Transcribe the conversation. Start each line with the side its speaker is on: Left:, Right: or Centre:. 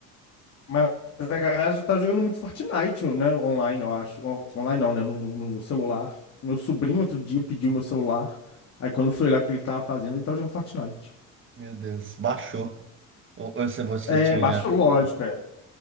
Left: Mas a galera já tá jogando muito Fortnite, né, online, eu acho. On- Online não, né, no, no- no celular. Meu sobrinho outro dia pediu meu celular, aí quando foi lá que ele tava fazendo, ele tava jogando Fortnite.
Right: Meu Deus, baixou. Ou, ou se você
Left: É,
Right: tinha
Left: baixo
Right: já.
Left: lógico, é.